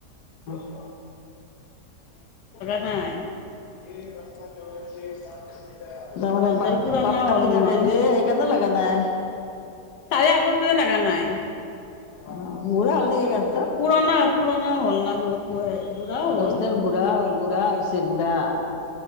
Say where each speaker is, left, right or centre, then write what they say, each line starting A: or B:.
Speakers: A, on the left; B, on the left.
A: থ কাম।
B: হয়
A: তাৰমানে
B: গছডাল
A: পাত
B: পুৰণাও
A: পাত কাটি
B: হ'ল নহয়
A: থাকে যে সেইকাৰণে লাগ লিগা নাই।
B: তাৰে আগৰ প লগা নাই।
A: অ, উৰে হাল ন।
B: পুৰণা, পুৰণা হ'ল না বহুত। বুঢ়াও
A: গছডাল
B: হ'ল
A: বুঢ়া হ'ল বুঢ়া হৈছে বুঢ়া দা